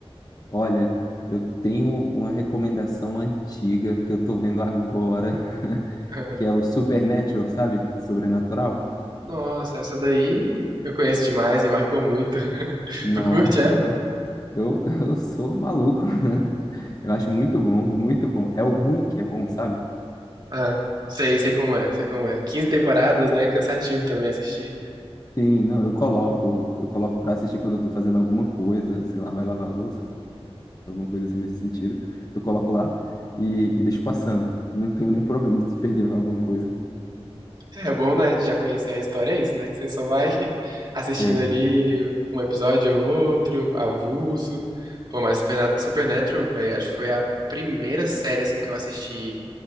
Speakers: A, on the left; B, on the right.
A: Olha, eu tenho uma recomendação antiga que eu tô vendo agora, <laughs>
B: <laughs>
A: que é o Supernatural, sabe? Sobrenatural.
B: Nossa, essa daí eu conheço demais, me marcou muito. <laughs>
A: Nossa,
B: Tu curte, é?
A: então eu, <laughs> eu sou maluco. <laughs> Eu acho muito bom, muito bom. É o ruim que é bom, sabe?
B: Ah, sei, sei como é, sei como é. 15 temporadas, né? Cansativo também assistir.
A: Sim, não, eu coloco, eu coloco pra assistir quando eu tô fazendo alguma coisa, sei lá, vai lavar a louça, alguma coisa assim nesse sentido, eu coloco lá e, e deixo passando. Não tenho nenhum problema se perder alguma coisa.
B: É bom, né? Já conhecer a história, é isso, né? Que você só vai <laughs> assistindo
A: É,
B: ali um episódio ou outro, avulso. Pô, mas Supernat- Supernatural, velho, acho que foi a primeira série, assim, que eu assisti